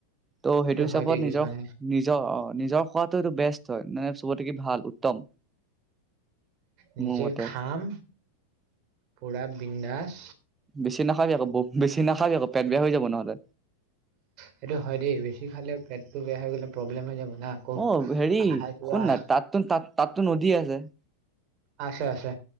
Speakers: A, on the right; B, on the right.
A: ত' সেইটো হিচাপত
B: হয় দেই কিছুমানে
A: নিজৰ নিজৰ অ, নিজৰ খোৱাতটো এইটো বেষ্ট হয় মানে চবতে কি ভাল উত্তম।
B: নিজে
A: মোৰ মতে
B: খাম, পুৰা বিন্দাছ।
A: বেছি নাখাবি আকৌ ব-বেছি নাখাবি আকৌ, পেট বেয়া হৈ যাব নহ'লে।
B: সেইটো হয় দেই বেছি খালে পেটটো বেয়া হৈ গ'লে প্ৰব্লেম হৈ যাব। না আকৌ
A: অ', হেৰি
B: আহাৰটো
A: শুন
B: আহ
A: না তাততো তাত-তাততো নদী আছে।
B: আছে আছে।